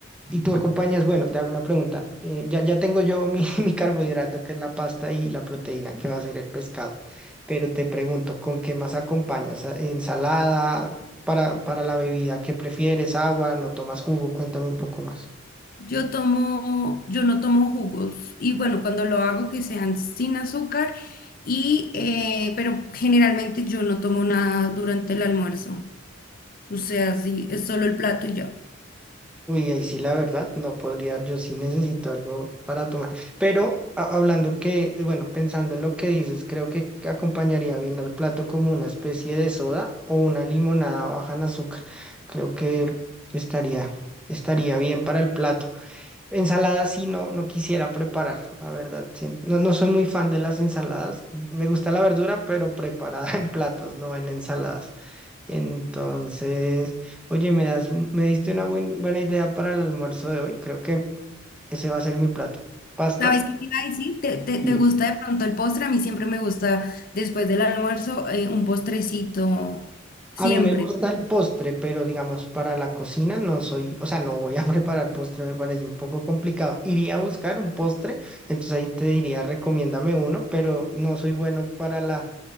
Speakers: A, in the centre; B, on the left (about 45°).
A: Y tú acompañas, bueno, te hago una pregunta. eh, ya, ya tengo yo mi, <laughs> mi carbohidrato, que es la pasta y la proteína, que va a ser el pescado. Pero te pregunto, ¿con qué más acompañas? ¿A- ¿Ensalada? Para, para la bebida, ¿qué prefieres? ¿Agua? ¿No tomas jugo? Cuéntame un poco más.
B: Yo tomo, yo no tomo jugos y bueno, cuando lo hago que sean sin azúcar y eh, pero generalmente yo no tomo nada durante el almuerzo. O sea, sí, es solo el plato y ya.
A: Uy, ahí sí la verdad, no podría, yo sí necesito algo para tomar. Pero a- hablando que, bueno, pensando en lo que dices, creo que acompañaría bien al plato como una especie de soda o una limonada baja en azúcar. Creo que estaría, estaría bien para el plato. Ensalada sí no, no quisiera preparar, la verdad. sí. No, no soy muy fan de las ensaladas. Me gusta la verdura, pero preparada <laughs> en platos, no en ensaladas. Entonces, oye, me das, me diste una buen- buena idea para el almuerzo de hoy. Creo que ese va a ser mi plato. Pasta.
B: ¿Sabes qué te iba a decir? ¿Te, te-
A: Y-
B: te gusta de pronto el postre? A mí siempre me gusta después del almuerzo eh, un postrecito, siempre.
A: A mí me gusta el postre, pero digamos, para la cocina no soy, o sea, no voy a <laughs> preparar postre, me parece un poco complicado. Iría a buscar un postre, entonces ahí te diría, recomiéndame uno, pero no soy bueno para la